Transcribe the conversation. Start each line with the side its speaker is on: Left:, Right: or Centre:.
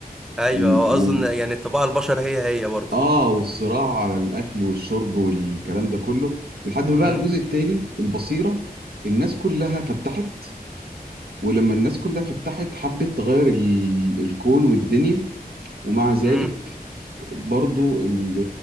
Centre: ايوه
Right: و...
Centre: هو
Right: و...
Centre: اصلا يعني طباع البشر هي هي برضه
Right: اه والصراع على الاكل والشرب والكلام ده كله لحد ما بقى
Centre: امم
Right: الجزء التاني البصيره الناس كلها فتحت ولما الناس كلها فتحت حبت تغير ال... الكون والدنيا ومع ذلك
Centre: امم
Right: برضو ال-